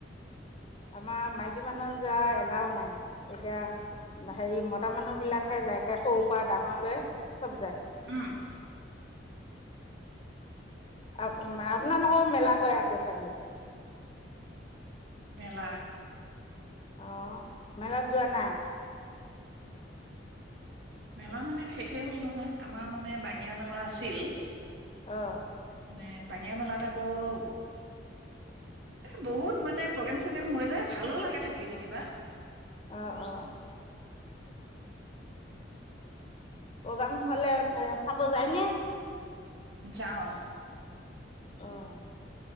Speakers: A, on the left; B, on the right.
A: আমাৰ মাইকী মানুহ যোৱা এলাও নাই। এতিয়া- হেৰি মতা মানুহ বিলাকহে যায় একে সৰুৰ পৰা ডাঙৰলৈ চব যায়।
B: উম্‌'
A: আপ্‌- মা- আপোনালোকৰো মেলা হৈ আছে চাগৈ?
B: মেলা
A: অ'- মেলাত যোৱা নাই?
B: মেলা মানে শেষেই হ'ল নহয়, আমাৰ মানে বাঙিয়া মেলা আছিল!
A: অ'
B: নে-বাঙিয়া মেলাত আকৌ- এ বহুত মানে প্ৰগ্ৰেম চগ্ৰেম হয় যে, ভালো লাগে থাকি যেনিবা!
A: অ' অ' প্ৰগ্ৰাম হ'লে- চাব যায় নে?
B: যাওঁ।
A: অ'